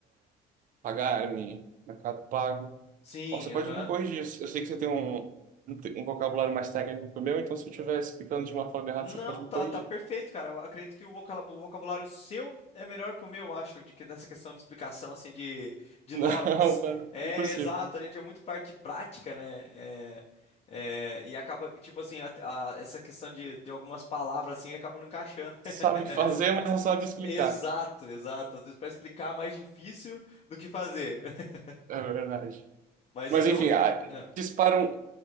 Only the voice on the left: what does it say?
sim,
aham.
Não,
tá,
tá perfeito, cara. Eu acredito que o vocala- o vocabulário seu é melhor que o meu, eu acho, de que nessa questão de explicação, assim, de,
de
nomes.
É,
exato, a gente é muito parte prática, né? É, é, e acaba, tipo assim, a- a- essa questão de, de algumas palavras, assim, acaba não encaixando.
<laughs>
Exato, exato. Às vezes para explicar é mais difícil do que fazer. <laughs>
Mas
então.
é,